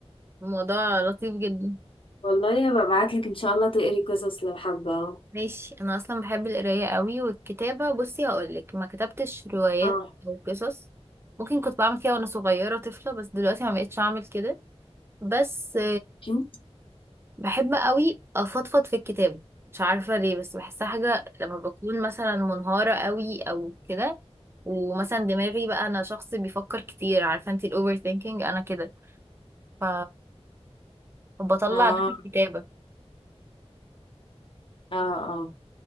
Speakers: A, on the right; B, on the left.
A: الموضوع لطيف جدا
B: والله هبقى ابعت لك ان شاء الله تقري قصص لو حابه اهو
A: ماشي انا اصلا بحب القراية قوي والكتابة بصي هقولك ما كتبتش روايات
B: اه
A: او قصص ممكن كنت بعمل كده وانا صغيرة طفلة بس دلوقتي ما بقتش اعمل كده بس
B: ماشي؟
A: بحب قوي افضفض في الكتاب مش عارفة ليه بس بحسها حاجة لما بكون مثلا منهارة قوي او كده ومثلا دماغي بقى انا شخص بيفكر كتير عارفة انت الاوفر ثينكينج انا كده ف- فبطلع
B: اه
A: ده في الكتابة
B: اه اه